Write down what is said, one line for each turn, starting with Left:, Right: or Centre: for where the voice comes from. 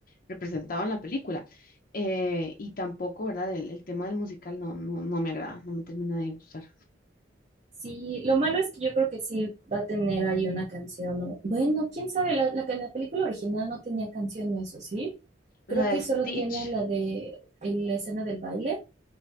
Left: representado en la película. Eh, y tampoco, ¿verdad? El, el tema del musical no, no, no me agrada, no me termina de gustar.
Right: Sí, lo malo es que yo creo que sí va a tener ahí una canción. o- Bueno, quién sabe, la, la, que- la película original no tenía canción, eso sí. Creo
Left: La
Right: que
Left: de Stitch,
Right: solo tiene la de el- la escena del baile.